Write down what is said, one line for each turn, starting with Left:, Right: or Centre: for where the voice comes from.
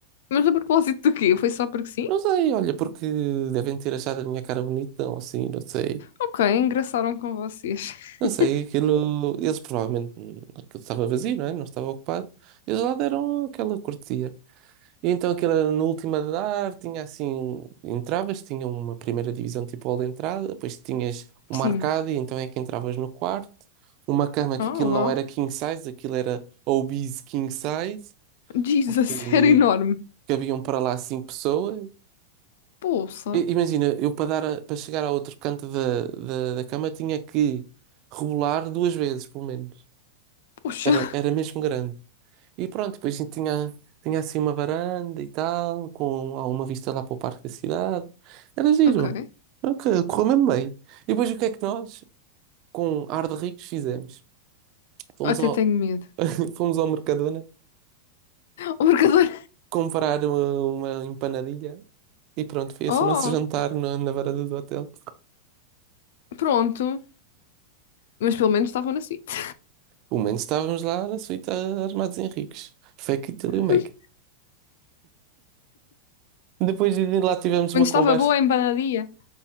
Left: Mas a propósito do quê? Foi só porque sim?
Right: Não sei, olha, porque devem ter achado a minha cara bonita, ou assim, não sei.
Left: Ok, engraçaram com vocês. <laughs>
Right: Não sei, aquilo. Eles provavelmente. hum, Aquilo estava vazio, não é? Não estava ocupado. Eles lá deram aquela cortesia. E então aquilo era no último andar, tinha assim, entravas, tinha uma primeira divisão tipo hall de entrada, depois tinhas uma
Left: Sim.
Right: arcada e então é que entravas no quarto, uma cama
Left: Oh,
Right: que aquilo
Left: uau.
Right: não era king size, aquilo era obese king size,
Left: Jesus,
Right: porque
Left: era enorme.
Right: cabiam para lá cinco pessoas.
Left: Poça.
Right: I- imagina, eu para dar a- para chegar ao outro canto da, da, da cama tinha que rebolar duas vezes, pelo menos.
Left: Poxa.
Right: Era, era mesmo grande. E pronto, depois a gente tinha, tinha assim uma varanda e tal, com alguma vista lá para o parque da cidade. Era giro.
Left: Ok.
Right: Ok, correu mesmo bem. E depois o que é que nós, com ar de ricos, fizemos? Fomos
Left: Até
Right: ao,
Left: tenho medo. <laughs>
Right: <laughs> fomos ao Mercadona
Left: O marcador.
Right: comprar uma, uma empanadilha e pronto, foi
Left: Oh,
Right: esse o nosso <laughs> jantar na, na varanda do hotel.
Left: pronto. Mas pelo menos estavam na suíte.
Right: Pelo menos estávamos lá na suíte armados em ricos. Fake it till you make
Left: <laughs> Pelo
Right: it. Depois de lá tivemos
Left: menos
Right: uma conversa.
Left: estava boa a empanadinha.